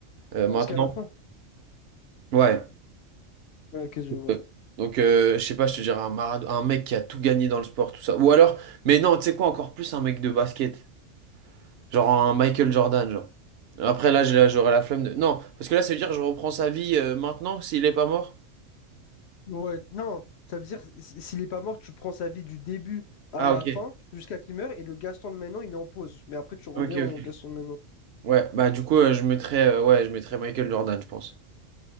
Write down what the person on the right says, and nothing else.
euh, maintenant.
Ouais.
Euh, Donc, euh, je sais pas, je te dirais un, Marad- un mec qui a tout gagné dans le sport, tout ça. Ou alors, mais non, tu sais quoi, encore plus un mec de basket. Genre un Michael Jordan, genre. Après, là, j'ai la- j'aurais la flemme de. Non, parce que là, ça veut dire que je reprends sa vie euh, maintenant s'il est pas mort.
Ah,
ok.
Ok,
ok.
Ouais, bah, du coup, euh, je mettrais, euh, ouais, je mettrais Michael Jordan, je pense.